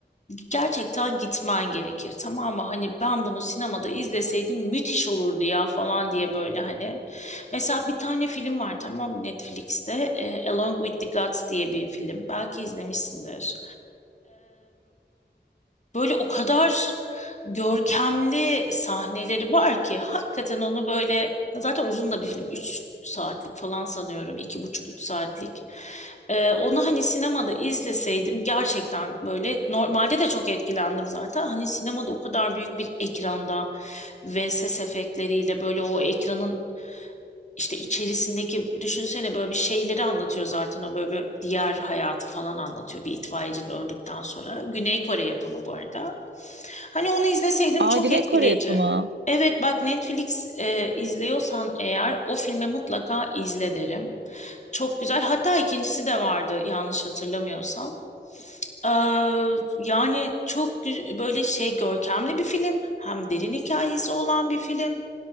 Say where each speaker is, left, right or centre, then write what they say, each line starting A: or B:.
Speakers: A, on the left; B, on the right.
A: gerçekten gitmen gerekir. Tamam mı? Hani ben bunu sinemada izleseydim müthiş olurdu ya falan diye böyle hani. Mesela bir tane film var tamam mı Netflix'te. Ee, Along with the Gods diye bir film. Belki izlemişsindir. Böyle o kadar görkemli sahneleri var ki hakikaten onu böyle zaten uzun da bir film 3 saatlik falan sanıyorum iki buçuk üç saatlik Ee, onu hani sinemada izleseydim gerçekten böyle normalde de çok etkilendim zaten hani sinemada o kadar büyük bir ekranda ve ses efektleriyle böyle o ekranın işte içerisindeki düşünsene böyle bir şeyleri anlatıyor zaten o böyle bir diğer hayatı falan anlatıyor bir itfaiyecinin öldükten sonra. Güney Kore yapımı bu arada. Hani onu izleseydim
B: Aa,
A: çok
B: Güney
A: etkileyici.
B: Kore yapımı.
A: Evet bak Netflix e, izliyorsan eğer o filmi mutlaka izle derim. Çok güzel. Hatta ikincisi de vardı yanlış hatırlamıyorsam. Ee, yani çok gü- böyle şey görkemli bir film. Hem derin hikayesi olan bir film.